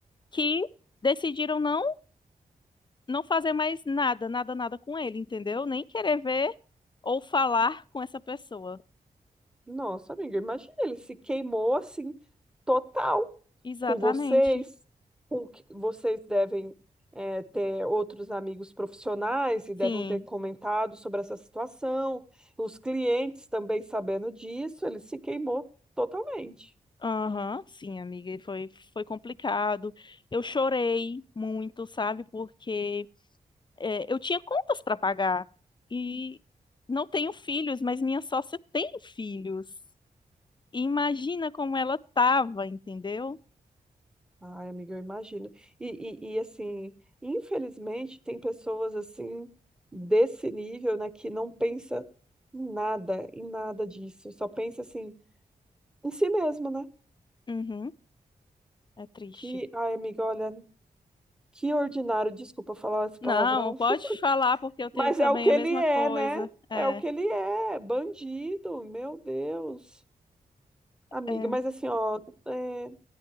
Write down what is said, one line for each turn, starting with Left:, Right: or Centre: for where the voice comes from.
Left: que decidiram não, não fazer mais nada, nada, nada com ele, entendeu? Nem querer ver ou falar com essa pessoa.
Centre: Nossa, amiga, imagina, ele se queimou assim, total,
Left: Exatamente.
Centre: com vocês, com que vocês devem é, ter outros amigos profissionais e devem
Left: Sim.
Centre: ter comentado sobre essa situação, os clientes também sabendo disso, ele se queimou totalmente.
Left: Aham, sim, amiga, e foi, foi complicado. Eu chorei muito, sabe? Porque é, eu tinha contas para pagar e não tenho filhos, mas minha sócia tem filhos. E imagina como ela tava, entendeu?
Centre: Ai, amiga, eu imagino. E, e, e assim, infelizmente, tem pessoas assim, desse nível, né, que não pensa em nada, em nada disso, só pensa assim, em si mesmo, né?
Left: Uhum, é triste.
Centre: Que, ai, amiga, olha, que ordinário, desculpa falar esse
Left: Não,
Centre: palavrão,
Left: pode
Centre: <laughs>
Left: falar, porque eu tenho
Centre: mas
Left: também
Centre: é o que
Left: a
Centre: ele
Left: mesma
Centre: é,
Left: coisa.
Centre: né?
Left: É,
Centre: É o que ele é, bandido, meu Deus. Amiga,
Left: é,
Centre: mas assim, ó, é.